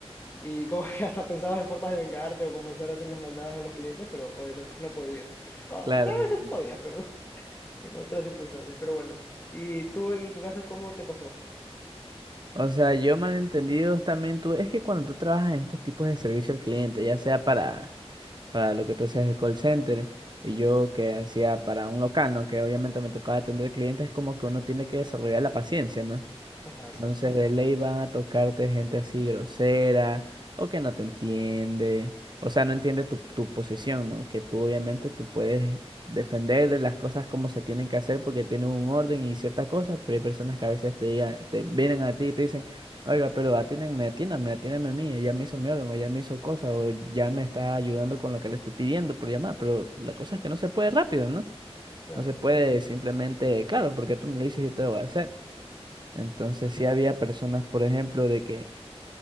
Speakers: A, on the left; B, on the right.
A: y <laughs> como que hasta pensabas en formas de vengarte o comenzar a hacer las maldades a los clientes, pero obviamente <laughs> no podías. Ah,
B: claro.
A: sabes
B: y-
A: que sí podías, pero <laughs> en otras circunstancias, pero bueno. ¿Y tú en tu caso cómo te pasó?
B: O sea, yo malentendidos también tuve, es que cuando tú trabajas en estos tipos de servicio al cliente, ya sea para para lo que tú hacías de call center y yo que hacía para un local, ¿no? Que obviamente me tocaba atender clientes, es como que uno tiene que desarrollar la paciencia, ¿no?
A: Ajá, exacto.
B: Entonces de ley van a tocarte gente así grosera o que no te entiende, o sea, no entiende tu, tu posición, ¿no? Que tú obviamente tú puedes defender de las cosas como se tienen que hacer porque tienen un orden y ciertas cosas, pero hay personas que a veces te digan, te vienen a ti y te dicen, oiga, pero atiéndanme, atiéndanme, atiéndanme a mí, ella me hizo mi orden o ella me hizo cosas o ya me está ayudando con lo que le estoy pidiendo por llamar, pero la cosa es que no se puede rápido, ¿no?
A: Claramente,
B: No se puede simplemente, claro, porque tú me lo dices, yo te lo voy a hacer. Entonces sí había personas, por ejemplo, de que